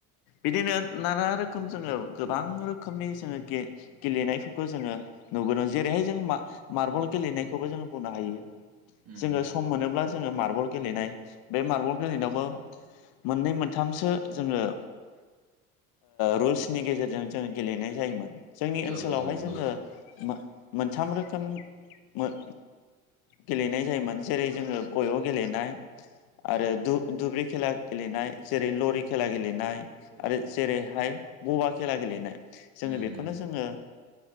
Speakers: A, on the left; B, on the right.
A: बिदिनो नाना रोखोम जोङो गोबां रो खोमनि जोङो गे-गेलेनायफोरखौ जोङो नुबोदों जेरैहाय जों मा-मार्बल गेलेनाय। खौबो जोङो बुंनो हायो
B: उम
A: जोङो सम मोनोब्ला जोङो मार्बल गेलेनाय बे मार्बल गेलेनायावबो मोननै मोनथामसो जोङो रुल्सनि गेजेरजों जों गेलेनाय जायोमोन जोंनि ओनसोलावहाय
B: औ औ नंगौ
A: जोङो
B: उम
A: मोन मोनथाम रोखोम <unintelligible> गेलेनाय जायोमोन जेरै जोङो गय' गेलेनाय। आरो दु-दुब्रि खेला गेलेनाय जेरै लरि खेला गेलेनाय।
B: औ उम
A: आरो जेरैहाय बबा खेला गेलेनाय जोङो
B: उम
A: बेखौनो जोङो